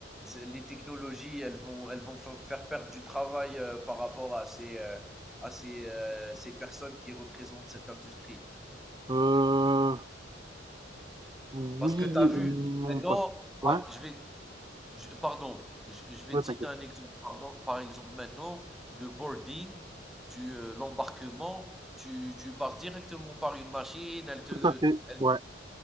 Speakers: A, in the centre; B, on the right (about 20°).
A: les technologies, elles vont elles vont fa faire perdre du travail, heu, par rapport à ces, heu, à ces, heu, ces personnes qui représentent cette industrie?
B: Euh, oui
A: Parce que
B: et
A: tu as vu,
B: non,
A: maintenant,
B: pas Ouais,
A: ah, je vais Je pardon, je je vais
B: ouais,
A: te
B: t'inquiète.
A: citer un exemple. Pardon, par exemple, maintenant, le boarding, tu, heu, l'embarquement, tu tu passes directement par une machine, elle te
B: Tout à fait.
A: elle
B: Ouais,
A: te